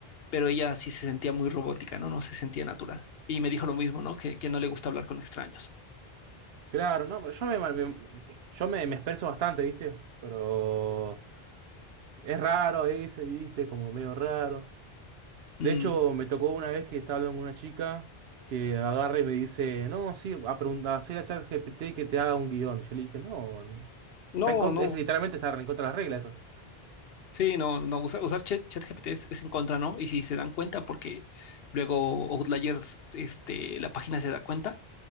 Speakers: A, on the left; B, on the right.
A: pero ella sí se sentía muy robótica, ¿no? No se sentía natural. Y me dijo lo mismo, ¿no? Que, que no le gusta hablar con extraños.
B: Claro, no, pero yo me, me- yo me, me expreso bastante, ¿viste? Pero es raro ese, ¿viste? Como medio raro. De
A: Mm,
B: hecho, me tocó una vez que estaba hablando con una chica que agarra y me dice, no, sí, a preguntar, soy la chat GPT que te haga un guión. Y yo le dije, no,
A: No,
B: está en contra,
A: no.
B: es literalmente está en contra de las reglas eso.
A: Sí, no, no, usar, usar chat, ChatGPT es, es en contra, ¿no? Y si se dan cuenta, porque luego Outliers, este, la página se da cuenta,